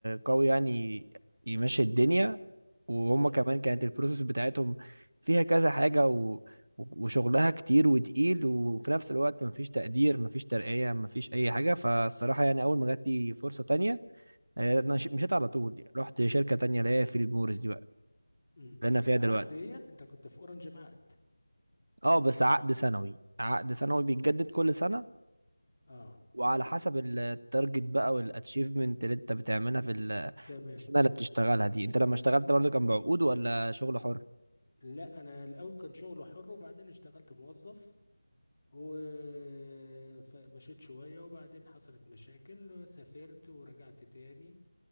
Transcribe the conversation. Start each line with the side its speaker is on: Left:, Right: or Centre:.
Right: قوي يعني يمشي الدنيا وهم
Left: تمام
Right: كمان كانت البروسيس بتاعتهم فيها كذا حاجة و... وشغلها كتير وتقيل وفي نفس الوقت مفيش تقدير مفيش ترقية مفيش أي حاجة فالصراحة يعني أول ما جات لي فرصة تانية آه، أنا ش- مشيت على طول يعني. رحت شركة تانية اللي هي فيليب موريس دي بقى
Left: امم
Right: اللي أنا فيها
Left: بعقد
Right: دلوقتي
Left: هي انت كنت في اورنج بعقد
Right: أه بس عقد سنوي عقد سنوي بيتجدد كل سنة
Left: اه
Right: وعلى حسب التارجت بقى والاتشيفمنت اللي انت بتعملها في ال-
Left: تمام
Right: السنة اللي بتشتغلها دي انت لما اشتغلت برضه كان بعقود ولا شغل حر؟
Left: لا انا الاول كان شغل حر وبعدين اشتغلت موظف ومشيت شويه وبعدين حصلت مشاكل وسافرت ورجعت تاني